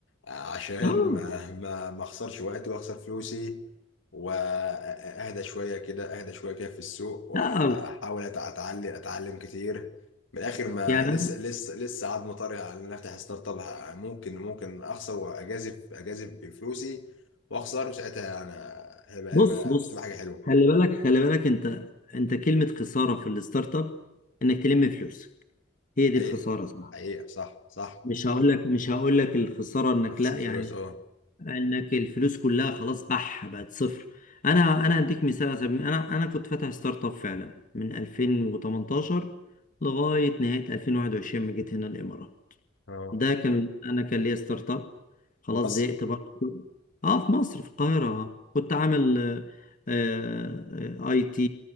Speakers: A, on the left (about 70°); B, on the left (about 45°).
A: عشان
B: اه
A: ما ما ما اخسرش وقتي واخسر فلوسي واهدى شويه كده اهدى شويه كده في السوق واحاول
B: لا بس
A: أتع- اتعلم اتعلم كتير من الاخر ما
B: يعني
A: لسه
B: أنا-
A: لسه لسه عاد مطري على ان افتح ستارت اب ه- ممكن ممكن اخسر واجازف اجازف بفلوسي واخسر وساعتها انا هيبقى
B: بص
A: هيبقى
B: بص
A: بس تبقى حاجه حلوه
B: خلي بالك خلي بالك انت انت كلمة خسارة في الستارت اب انك تلم فلوسك هي دي
A: حقيقه
B: الخسارة صح
A: حقيقه صح صح
B: مش هقول لك مش هقول لك الخسارة انك
A: اخسر
B: لا
A: فلوس
B: يعني
A: اه
B: انك الفلوس كلها خلاص بح بقت صفر انا انا هديك مثال على سبيل انا انا كنت فاتح ستارت اب فعلا من 2018 لغايه نهايه 2021 ما جيت هنا الامارات
A: اه
B: ده كان انا كان ليا ستارت اب خلاص
A: مصر
B: زهقت برضه اه في مصر في القاهره آه. كنت عامل آه، آه، اي تي